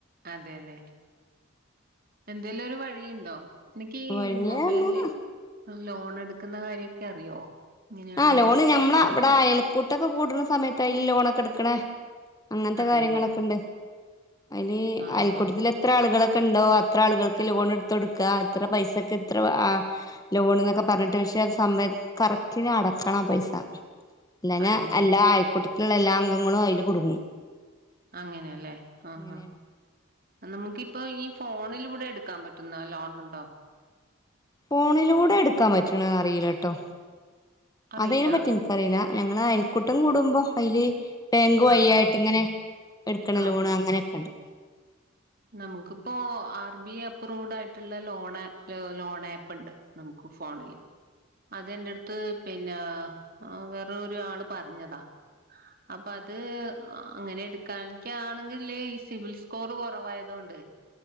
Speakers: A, on the right; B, on the left.
A: അതേല്ലെ എന്തെങ്കിലും ഒരു വഴിണ്ടോ? എനിക്കീ
B: വഴിയ
A: മൊബൈല്
B: പറഞ്ഞാ
A: ലോൺ എടുക്കുന്ന കാര്യൊക്കെ അറിയോ? ഇങ്ങനെയാണ്
B: ആഹ് ലോണ് ഞമ്മള് അവിടെ
A: അതെ
B: അയൽ കൂട്ടൊക്കെ കൂടണ സമയത്തായി ലോണൊക്കെ എടുക്കണ അങ്ങനത്തെ
A: അതെല്ലേ
B: കാര്യങ്ങളൊക്കെണ്ട്. അയില്
A: ആഹ്
B: അയൽക്കൂട്ടത്തിലെത്ര ഇത്ര ആളുകളൊക്കെണ്ടോ അത്ര ആളുകൾക്ക് ലോൺ എട്ത്ത് കൊടുക്ക ഇത്ര പൈസെക്കെ ഇത്ര <unintelligible> ലോണ്ന്നൊക്കെ പറഞ്ഞിട്ട് പക്ഷേ സമയത്ത് കറക് ട്ടിന് അടക്കണം പൈസ. ഇല്ലാഞ്ഞാ
A: അതെല്ലേ
B: എല്ലാ ആയക്കൂട്ടത്തിലുള്ള എല്ലാ അംഗങ്ങളും അതില് കുടുങ്ങും.
A: അങ്ങനേല്ലേ ഹാ
B: അങ്ങനെയാണ്
A: ഹാ നമുക്കിപ്പൊ ഈ ഫോണിലൂടെ എടുക്കാൻ പറ്റുന്ന ലോണുണ്ടോ?
B: ഫോണിലൂടെ എട്ക്കാൻ പറ്റണത് അറിയില്ലാട്ടോ
A: അറിയില്ല
B: അതേനെ പറ്റി എനിക്കറിയില്ല ഞങ്ങള് അയൽക്കൂട്ടം കൂടുമ്പോ അയില് ബേങ്ക് വയിയായിട്ടിങ്ങനെ
A: ആഹ് ആഹ്
B: എടുക്കണ
A: ആഹ്
B: ലോണ്
A: ആഹ്
B: അങ്ങനെയൊക്കെണ്ട്.
A: നമുക്കിപ്പോ ആർ ബി ഐ അപ്രൂവ്ഡ് ആയിട്ടുള്ള ലോൺ ല ലോൺ ആപ്പ്ണ്ട്. നമുക്ക് ഫോണില്. അതെന്റെട്ത്ത് പിന്നേ വേറൊരു ആള് പറഞ്ഞതാ. അപ്പത് അങ്ങനെ എടുക്കാണ്ടിരിക്കാണെങ്കിലല്ലേ ഈ സിബിൽ സ്കോർ കൊറ വായതൊണ്ട്